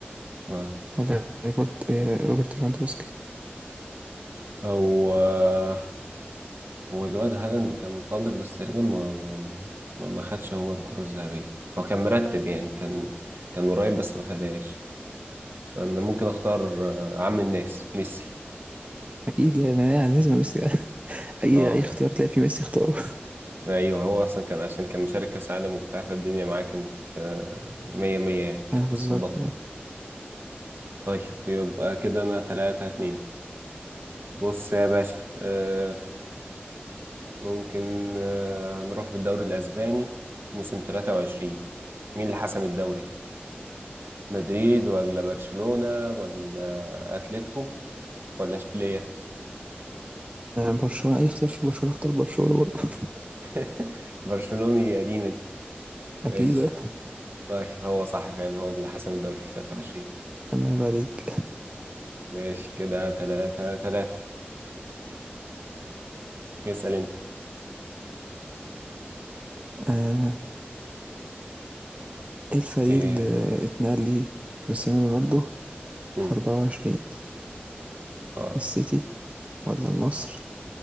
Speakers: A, on the right (about 70°); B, on the right (about 35°).
A: ها
B: والّا روبرت آآ، روبرت ليفاندوفسكي
A: هو هو الواد هالاند كان متألق بس تقريبا ما ما ما ما ما خدش هو الكرة الذهبية هو كان مرتب يعني كان كان قريب بس ما خدهاش فأنا ممكن أختار آه، عم الناس ميسي
B: أكيد لا ما يعني لازم ميسي اي
A: اه
B: اي اختيار تلاقي فيه ميسي اختاره
A: ايوه هو اصلا كان عشان كان مشارك كاس عالم وبتاع فالدنيا معاه كانت آه، مية مية يعني
B: <laughs>
A: كانت
B: ايوه بالظبط
A: متظبطة
B: آه.
A: طيب يبقى كده انا تلاتة اتنين بص يا باشا آه، ممكن آه، هنروح في الدوري الاسباني موسم تلاتة وعشرين مين اللي حسم الدوري مدريد ولا برشلونة ولا اتلتيكو ولا اشبيلية
B: آه، برشلونة اي اختيار فيه برشلونة اختار برشلونة برضه <laughs>
A: <laughs> برشلوني قديم انت
B: اكيد
A: ماشي
B: آه.
A: طيب هو صح فعلا هو اللي حسم الدوري في 23
B: اما يبقى عليك
A: ماشي كده تلاتة تلاتة يسأل انت
B: آه، ايه الفريق
A: ايه
B: اللي اتنقل ليه كريستيانو رونالدو
A: امم
B: في 24
A: اه
B: السيتي ولا النصر